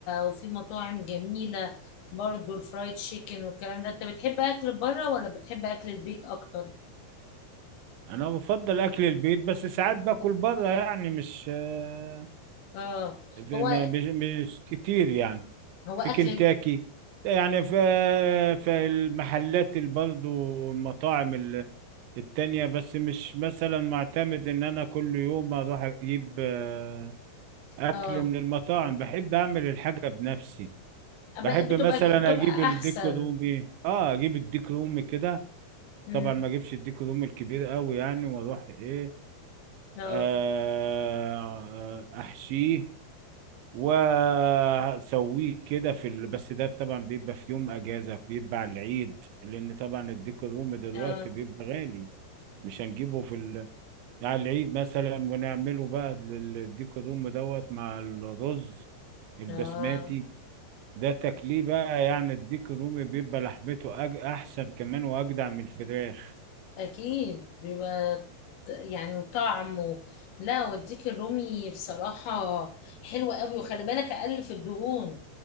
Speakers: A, on the left (about 70°); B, on the right (about 80°).
A: وفي مطاعم جميله برضو الفرايد تشيكن والكلام ده انت بتحب اكل بره ولا بتحب اكل البيت اكتر
B: انا بفضل اكل البيت بس ساعات باكل بره يعني مش آه،
A: اه
B: في-
A: هو
B: ما- مش مش كتير يعني
A: هو
B: في
A: اكل
B: كنتاكي يعني في في المحلات اللي برضو المطاعم التانية بس مش مثلا معتمد ان انا كل يوم اروح اجيب آه، اكل
A: اه
B: من المطاعم بحب اعمل الحاجة بنفسي
A: أب-
B: بحب
A: بتبقى
B: مثلا
A: بتبقى
B: اجيب الديك
A: احسن
B: رومي اه اجيب الديك رومي كده
A: امم
B: طبعا ما اجيبش الديك رومي الكبير قوي يعني واروح ايه
A: اه
B: آه احشيه واسويه كده في ال... بس ده طبعا بيبقى في يوم اجازة بيبقى على العيد لان طبعا الديك رومي دلوقتي
A: اه
B: بيبقى غالي مش هنجيبه في ال... على العيد مثلا ونعمله بقى ال- الديك دوم دوت مع الرز البسماتي
A: اه
B: ده تاكليه بقى يعني الديك دوم بيبقى لحمته أج... احسن كمان واجدع من الفراخ
A: اكيد بيبقى ط- يعني طعم و... لا والديك الرومي بصراحة حلوة قوي وخلي بالك اقل في الدهون